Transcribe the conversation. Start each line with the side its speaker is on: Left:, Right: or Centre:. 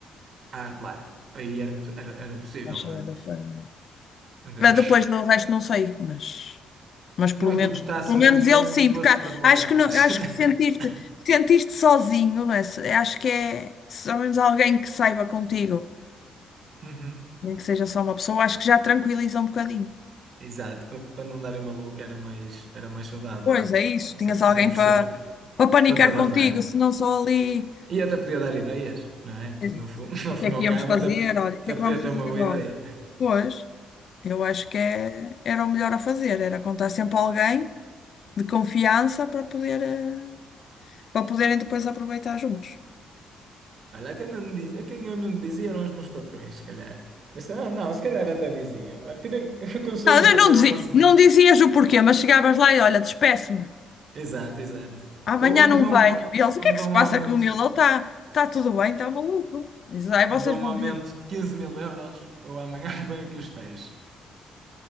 Right: Ah, claro, aí era, imp- era, era impossível,
Left: Vai
Right: não
Left: cheia
Right: é?
Left: da fa-
Right: Então,
Left: Mas
Right: <laughs>
Left: Depois do resto, não sei, mas. Mas pelo
Right: Não é
Left: menos,
Right: que importasse
Left: pelo
Right: muito
Left: menos ele
Right: que ele
Left: sim,
Right: não te fosse
Left: porque há-
Right: perdoar,
Left: acho que
Right: mas.
Left: não, acho
Right: <laughs>
Left: que sentiste, sentiste sozinho, não é? Se- Acho que é, se ao menos alguém que saiba contigo,
Right: Uhum.
Left: nem que seja só uma pessoa, acho que já tranquiliza um bocadinho.
Right: Exato, para, para não darem maluco era mais, era mais saudável,
Left: Pois é isso,
Right: ce-
Left: tinhas alguém
Right: cem por
Left: para
Right: cento
Left: para panicar
Right: para desabafar.
Left: contigo, se não só ali.
Right: E até podia dar ideias, não é?
Left: Exato.
Right: No fundo, <laughs> no
Left: O
Right: fim
Left: que é
Right: e
Left: que
Right: ao
Left: íamos
Right: cabo,
Left: fazer?
Right: até, até
Left: Olha, o que é que
Right: podia
Left: vamos fazer
Right: ter uma boa
Left: agora?
Right: ideia.
Left: Pois, eu acho que é, era o melhor a fazer, era contar sempre a alguém de confiança para poder, eh, para poderem depois aproveitar juntos.
Right: Olha, quem eu não dizia, quem eu não dizia eram os meus patrões, se calhar. Mas ah, não, se calhar até dizia. Olha, tirem, <laughs> aconselho-vos
Left: Não, eu
Right: a
Left: não
Right: tirar
Left: dizia,
Right: uma semana.
Left: não dizias o porquê, mas chegavas lá e olha, despeço-me,
Right: Exato, exato.
Left: amanhã
Right: Ou, ou me
Left: não
Right: dão,
Left: venho.
Right: ah,
Left: E eles, o
Right: ou
Left: que é
Right: me
Left: que
Right: dão
Left: se passa
Right: um aumento,
Left: com ele? Ele está tá tá tudo bem, está maluco. Diz, ai,
Right: ou
Left: vocês
Right: me dão
Left: vão
Right: um aumento
Left: ver.
Right: de quinze mil euros, ou amanhã <laughs> me põem aqui os pés.